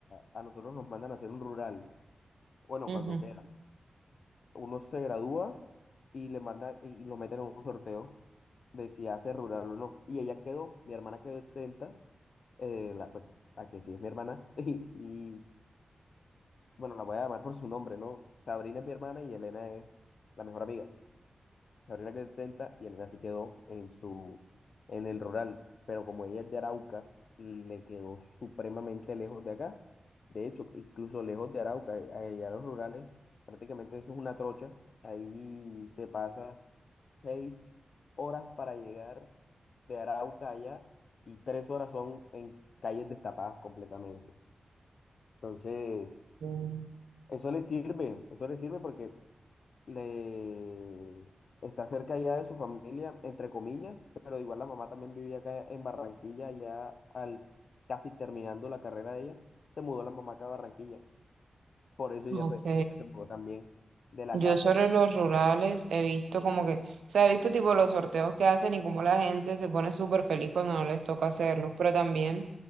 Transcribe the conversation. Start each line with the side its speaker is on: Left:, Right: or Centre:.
Left: a nosotros nos mandan a hacer un rural, bueno,
Right: Ujú.
Left: cuando quieran. Uno se gradúa y le mandan y y lo meten en un sorteo de si hace rural o no. Y ella quedó, mi hermana quedó exenta, eh, la, pues, la que sí es mi hermana, <laughs> y, y, bueno, la voy a llamar por su nombre, ¿no? Sabrina es mi hermana y Elena es la mejor amiga. se abrió la Crescenta y Elena se quedó en su, en el rural. Pero como ella es de Arauca, le quedó supremamente lejos de acá. De hecho, incluso lejos de Arauca, a- allá en los rurales, prácticamente eso es una trocha. Ahí se pasa seis horas para llegar de Arauca allá y tres horas son en calles destapadas completamente. Entonces,
Right: Mm,
Left: eso le sirve, eso le sirve porque le está cerca ya de su familia, entre comillas, pero igual la mamá también vivía acá en Barranquilla, ya al casi terminando la carrera de ella, se mudó la mamá acá a Barranquilla. Por eso ella
Right: Ok,
Left: fue, fue que se mudó también de la
Right: Yo
Left: casa.
Right: sobre los rurales he visto como que, o sea, he visto tipo los sorteos que hacen y cómo la gente se pone súper feliz cuando no les toca hacerlo, pero también